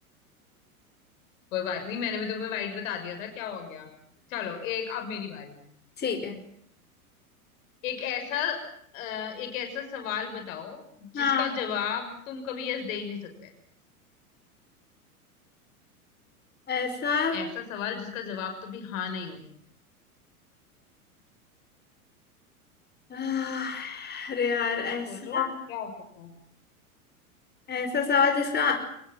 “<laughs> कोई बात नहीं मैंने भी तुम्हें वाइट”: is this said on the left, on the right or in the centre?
Left